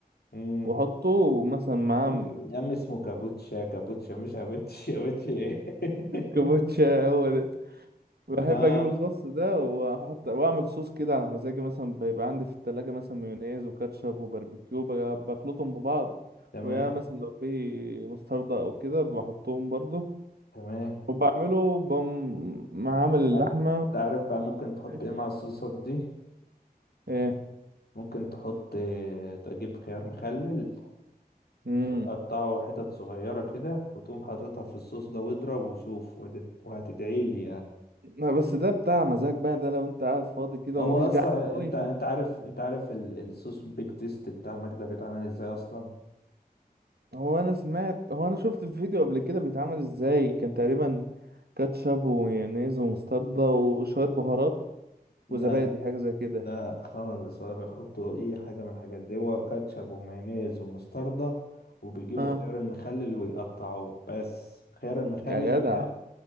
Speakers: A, on the left (about 80°); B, on the right (about 85°).
A: بتعمل
B: واحطه مثلا معاه
A: يا عم
B: <laughs> م-
A: يا عم اسمه كابوتشا كابوتشا مش اباتشي اباتشي ايه <laughs>
B: كابوتشا هو بحب
A: اه
B: اجيب الخس ده واحط واعمل صوص كده على مزاجي مثلا بيبقى عندي في التلاجة مثلا مايونيز وكاتشب وباربيكيو ب- بخلطهم ببعض
A: تمام
B: ويا مثلا لو في مستردة او كده بحطهم برضه
A: تمام
B: وبعمله بقوم معامل اللحمة
A: آه، تعرف بقى ممكن تحط
B: والعيش
A: ايه مع الصوصات دي
B: ايه
A: ممكن تحط آه، تجيب خيار مخلل
B: امم
A: وتقطعه حتت صغيرة كده وتقوم حاططها في الصوص ده واضرب وشوف وهت- وهتدعي لي يعني
B: لا بس ده بتاع مزاج بقى ده لو انت قاعد فاضي كده
A: هو
B: ومش
A: اصلا
B: جعان قوي
A: انت انت عارف انت عارف ال- الصوص بيك تيست بتاع ماجدة بيتعمل ازاي اصلا
B: هو انا سمعت هو انا شفت الفيديو قبل كده بيتعمل ازاي كان تقريبا كاتشب ومايونيز ومستردة وشوية بهارات
A: لا
B: وزبادي حاجة زي كده
A: لا خالص ولا بيحطوا اي حاجه من الحاجات دي هو كاتشب ومايونيز ومستردة وبيجيبوا
B: اه
A: خيار المخلل ويقطعوه بس خيار المخلل
B: يا جدع
A: بقى